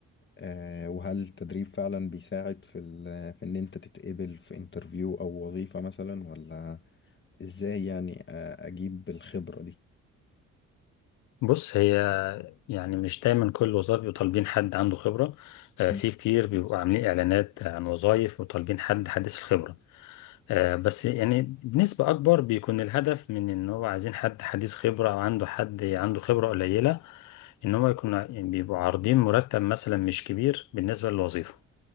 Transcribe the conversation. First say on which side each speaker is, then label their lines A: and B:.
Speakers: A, on the left; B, on the left.
A: آه، وهل التدريب فعلا بيساعد في ال... في ان انت تتقبل في انترفيو او وظيفة مثلا ولا ازاي يعني آه، اجيب الخبرة دي
B: بص هي يعني مش دايما كل الوظائف بيبقوا طالبين حد عنده خبره آه،
A: م-
B: في كتير بيبقوا عاملين اعلانات عن وظائف وطالبين حد حديث الخبره آه، بس يعني بنسبة أكبر بيكون الهدف من إن هو عايزين حد حديث خبرة أو عنده حد عنده خبرة قليلة إن هو يكون ع- يعني بيبقوا عارضين مرتب مثلا مش كبير بالنسبة للوظيفة